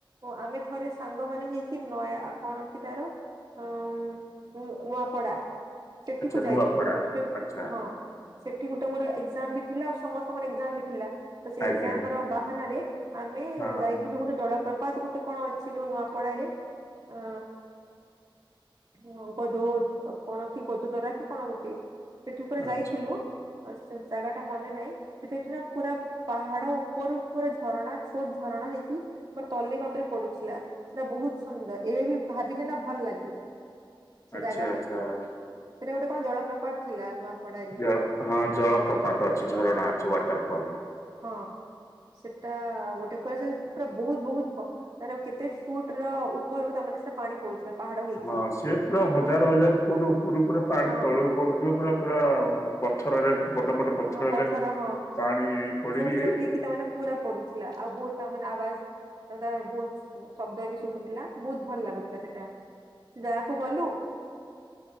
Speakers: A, on the right; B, on the left.
A: ଓ ଆମେ ଥରେ ସାଙ୍ଗମାନେ ହେଇକି ନୟା କଣ ଅଛି ତାର ଅ ଉଁ ନୂଆପଡା ସେଠିକୁ
B: ଆଚ୍ଛା
A: ଯାଇଥିଲୁ
B: ନୂଆପଡା
A: ସେଠିରେ
B: ଆଚ୍ଛା
A: ହଁ। ସେଠି ଗୋଟେ ମୋର ଏକ୍ସଜାମ ବି ଥିଲା ଆଉ ସମସ୍ତଙ୍କର ଏକ୍ସଜାମ ବି ଥିଲା ତ ସେ
B: ଆଜ୍ଞା
A: ଏକ୍ସଜାମ ର ବାହାନାରେ ଆମେ
B: ହଁ
A: ଯାଇଥିଲୁ ଗୋଟେ ଜଳପ୍ରପାତ ଗୋଟେ କଣ ଅଛି ଯୋଉ ନୂଆପଡାରେ ଅ ହଁ ଗଦୁ କଣ କି ଗଧ ଦରା କି କଣ ଗୋ ଟେ ସେଠି ପୁରା
B: ଆଚ୍ଛା
A: ଯାଇଥିଲୁ ସେ ଜାଗା ଟା ମନେ ନାଇଁ ସେଠିନା ପୁରା ପାହାଡ ଉପର ଉପରେ ଝରଣା ଛୋଟ ଝରଣା ହେଇକି ମୋର ତଲେ ବାପରେ ପଡୁଥିଲା। ସେଟା ବହୁତ ସୁନ୍ଦର ଏବେ ବି ଭାବିଲେ ନା ଭଲ ଲାଗେ। ସେ
B: ଆଚ୍ଛା
A: ଜାଗାଟିକୁ
B: ଆଚ୍ଛା ହଁ।
A: ସେଟା ଗୋଟେ କଣ ଜଳପ୍ରପାତ ଥିଲା ନୂଆପଡାରେ
B: ଜଳ ହଁ ଜଳପ୍ରପାତ ଅଛି ଝରଣା ଅଛି ୱାଟର ଫଲ୍।
A: ହଁ ସେଟା ଗୋଟେ ପା ସେ ପୁରା ବହୁତ ବହୁତ ତାଲେ ଆଉ କେତେ ଫୁଟ ର ଉପରୁ ତାମାନେ ସେ ପାଣି ପଡୁଥିଲା। ପାହାଡ ହେଇକି
B: ହଁ ସିଏ ପୁରା ହଜାର ହଜାର ଫୁଟ ଉପରୁ ଉପରୁ ପାଣି
A: ହଁ
B: ତଳକୁ ପଡୁ ପରେ ପୁରା ପଥରରେ ବଡ ବଡ ପଥରରେ
A: ହଁ ପଥର ହଁ ଛୋଟ
B: ପାଣି ପଡିକି
A: ଛୋଟ ହେଇ ତା ମାନେ ପୁରା ପଡୁଥିଲା ଆଉ ବହୁତ ତା ମାନେ ଆବାଜ ତାଟା ବହୁତ ଶବ୍ଦ ବି ଶୁଭୁଥିଲା ବହୁତ ଭଲ ଲାଗୁଥିଲା ସେଟା ସେ ଯାଗାକୁ ଗଲୁ।